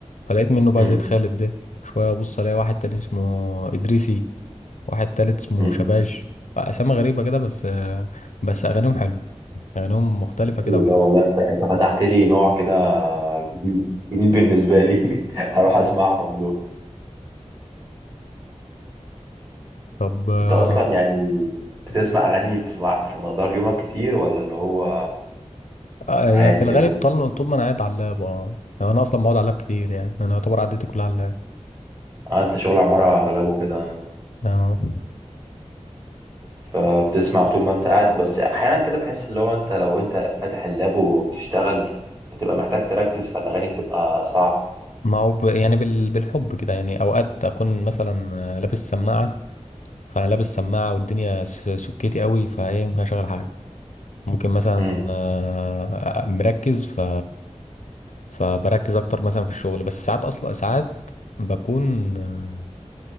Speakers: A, on the left; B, on the right.
A: فلقيت منه بقى
B: امم
A: زيد خالد ده شوية ابص الاقي واحد تاني اسمه ادريسي واحد تالت اسمه
B: امم
A: شباش اسامي غريبة كده بس آه، بس اغانيهم حلو اغانيهم مختلفة
B: حلو
A: كده وحلو
B: ده والله انت انت فتحت لي نوع كده جديد جديد بالنسبه لي <laughs> هروح اسمعهم دول
A: طب آه،
B: انت اصلا يعني بتسمع اغاني في مع- في مقدار يومك كتير ولا اللي هو
A: آه، يعني
B: عادي
A: في
B: كده
A: الغالب
B: اللي...
A: طول طول ما انا قاعد على اللاب اه يعني انا اصلا بقعد على اللاب كتير يعني انا يعتبر قعدتي كلها على اللاب
B: اه انت شغل عمارة اغلبه كده
A: آه.
B: فبتسمع طول ما انت قاعد بس احيانا كده بحس اللي هو انت لو انت فاتح اللاب وبتشتغل بتبقى محتاج تركز فالاغاني بتبقى صعب
A: ما هو ب... يعني بال... بالحب كده يعني اوقات اكون مثلا آه، لابس سماعة فانا لابس سماعه والدنيا س- سكتي قوي فايه ممكن اشغل حاجه ممكن مثلا
B: امم
A: آه، مركز ف فبركز اكتر مثلا في الشغل بس ساعات اصلا ساعات بكون آه،